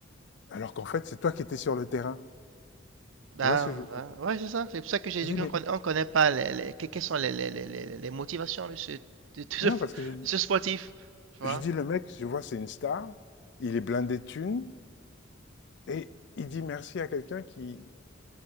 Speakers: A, on the left; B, on the right.
A: alors qu'en fait, c'est toi qui étais sur le terrain.
B: Ah,
A: Tu vois ce que
B: va-
A: je,
B: ouais, c'est ça. C'est pour ça que j'ai
A: je
B: dit
A: dis
B: qu'on
A: Mais
B: conna- on connaît pas les, les- que- quelles sont les, les, les, les- les motivations de ce, de ce,
A: non,
B: de
A: parce que je,
B: ce sportif. Tu vois?
A: je dis le mec, je vois, c'est une star, il est blindé de thunes, et il dit merci à quelqu'un qui,